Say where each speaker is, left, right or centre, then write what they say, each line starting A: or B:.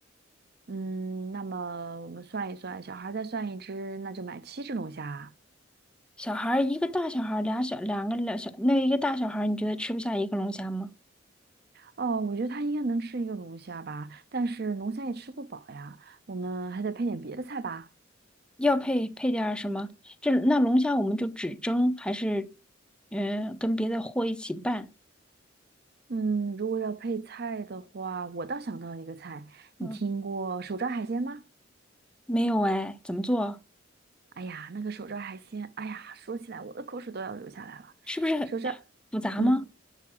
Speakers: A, on the right; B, in the centre.
A: 嗯，那么我们算一算，小孩再算一只，那就买七只龙虾。
B: 小孩儿一个大小孩儿，俩小两个两小，那一个大小孩儿你觉得吃不下一个龙虾吗？
A: 哦，我觉得他应该能吃一个龙虾吧，但是龙虾也吃不饱呀，我们还得配点别的菜吧。
B: 要配配点儿什么？这那龙虾我们就只蒸，还是嗯、呃跟别的货一起拌？
A: 嗯，如果要配菜的话，我倒想到一个菜，
B: 嗯，
A: 你听过手抓海鲜吗？
B: 没有哎，怎么做？
A: 哎呀，那个手抓海鲜，哎呀，说起来我的口水都要流下来了。
B: 是不是很
A: 手抓，
B: 复杂吗？
A: 嗯，